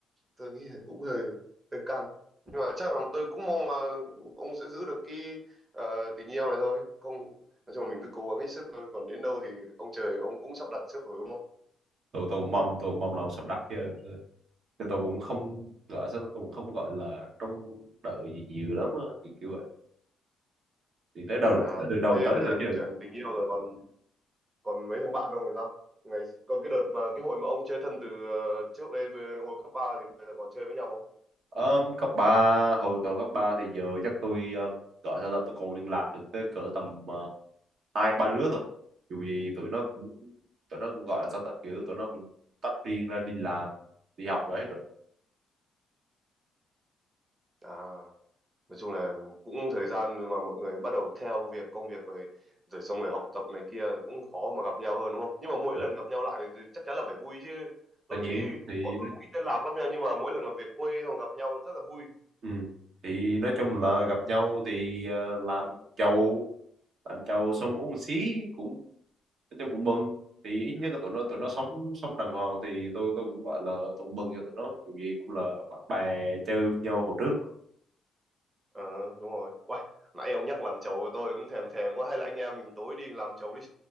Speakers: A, on the right; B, on the right.
A: tôi nghĩ là cũng hơi hơi căng. Nhưng mà chắc là tôi cũng mong là ông sẽ giữ được cái ờ, tình yêu này thôi. Không nói chung là mình cứ cố gắng hết sức thôi, còn đến đâu thì ông trời ông cũng sắp đặt trước rồi đúng không?
B: tôi tôi cũng mong tôi cũng mong là ông sắp đặt chứ chứ tôi cũng không gọi sao tôi cũng không gọi là trông đợi gì nhiều lắm á kiểu kiểu vậy thì tới đầu
A: À,
B: tới được đầu
A: thế
B: tới
A: đấy
B: thôi
A: là
B: chứ
A: chuyện tình yêu rồi còn còn mấy thằng bạn ông thì sao ngày có cái đợt mà cái hội mà ông chơi thân từ ờ, trước đây về hồi cấp 3 thì bây giờ còn chơi với nhau không
B: Ờm, cấp 3 hồi tôi cấp 3 thì giờ chắc tôi ờm, gọi sao ta tôi còn liên lạc được tới cỡ tầm ờ, hai ba đứa thôi dù gì tụi nó cũng tụi nó cũng gọi là sao ta kiểu tụi nó cũng tách riêng ra đi làm đi học rồi hết rồi
A: à nói chung là cũng thời gian mà mọi người bắt đầu theo việc công việc rồi rồi xong rồi học tập này kia cũng khó mà gặp nhau hơn đúng không nhưng mà mỗi
B: ừ.
A: lần gặp nhau lại thì chắc chắn là phải vui chứ tôi
B: tất nhiên
A: thấy
B: thì
A: bọn
B: nó-
A: tôi cũng ít liên lạc lắm nha nhưng mà mỗi lần mà về quê xong gặp nhau rất là vui
B: ừ. thì nói chung là gặp nhau thì ờ, làm một chầu làm giàu xong uống một xí cũng tôi cũng mừng thì ít nhất là tụi nó tụi nó sống sống đàng hoàng thì tôi tôi cũng gọi là tôi mừng cho tụi nó dù gì cũng là bạn bè chơi với nhau hồi trước mà.
A: ờ đúng rồi Uầy, nãy ông nhắc làm chầu tôi cũng thèm thèm quá hay là anh em mình tối đi làm chầu đi